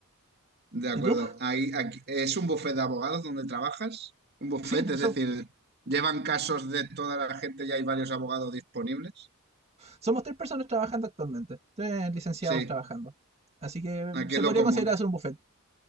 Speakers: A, on the right (about 45°); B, on the right (about 30°).
A: De acuerdo.
B: ¿Y tú?
A: Ahí, aquí- ¿es un bufete de abogados donde trabajas? Un bufete,
B: Sí, eso
A: es decir, ¿llevan casos de toda la gente y hay varios abogados disponibles?
B: Somos tres personas trabajando actualmente, tres licenciados
A: Sí,
B: trabajando. Así que
A: aquí
B: se
A: es lo
B: podría
A: común.
B: considerar hacer un buffet.